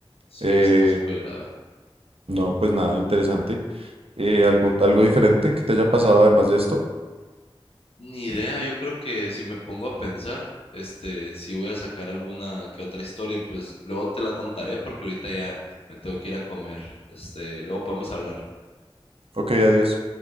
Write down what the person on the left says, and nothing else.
Sí,
está súper grave.
Ni idea, yo creo que si me pongo a pensar, este, si voy a sacar alguna que otra historia, pues luego te la contaré porque ahorita ya me tengo que ir a comer. Este, luego podemos hablar.